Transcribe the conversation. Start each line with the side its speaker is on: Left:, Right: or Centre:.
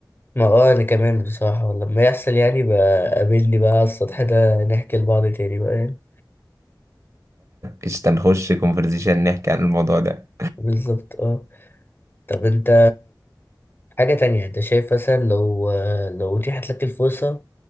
Left: ما اه انا كمان بصراحة ولما يحصل يعني بقى قابلني بقى على السطح ده نحكي لبعض تاني بقى يعني
Right: قشطة نخش كونفرزيشن نحكي عن الموضوع ده
Left: بالظبط اه طب انت حاجة تانية انت شايف مثلا لو آه، لو اتيحت لك الفرصة